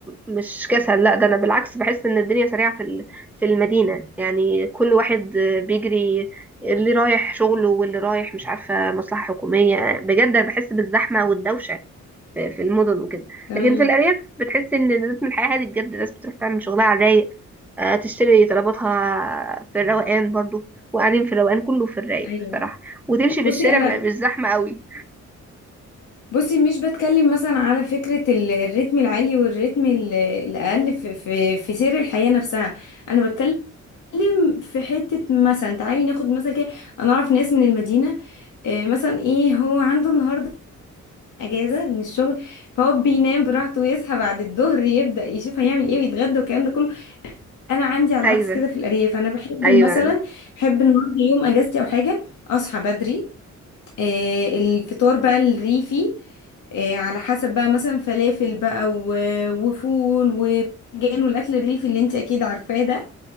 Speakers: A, in the centre; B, on the left.
A: مش كسل لا ده انا بالعكس بحس ان الدنيا سريعه في ال- في المدينه يعني كل واحد آه، بيجري اللي رايح شغله واللي رايح مش عارفه مصلحه حكوميه بجد انا بحس بالزحمه والدوشه في في المدن وكده
B: تمام
A: لكن في الأرياف بتحس إن رتم الحياة هادي بجد الناس بتروح تعمل شغلها على الرايق آه، تشتري طلباتها في الروقان برضو وقاعدين في الروقان كله في الرايق
B: ايوه
A: بصراحة وتمشي
B: بصي
A: في الشارع
B: انا
A: م- مش زحمة قوي
B: بصي مش بتكلم مثلا على فكره ال- الريتم العالي والريتم ال- الاقل في في في سير الحياه نفسها انا بتكلم بتتكلم في حتة مثلا تعالي ناخد مثلا كده انا اعرف ناس من المدينة آه، مثلا ايه هو عنده النهاردة اجازة من الشغل فهو بينام براحته ويصحى بعد الظهر يبدأ يشوف هيعمل ايه ويتغدى والكلام ده كله انا عندي على العكس
A: أيوة
B: كده في الارياف انا بحب
A: أيوة
B: مثلا بحب النهارده يوم اجازتي او حاجة اصحى بدري آه، الفطار بقى الريفي آه، على حسب بقى مثلا فلافل بقى و- وفول وباذنجان والاكل الريفي اللي انت اكيد عارفاه ده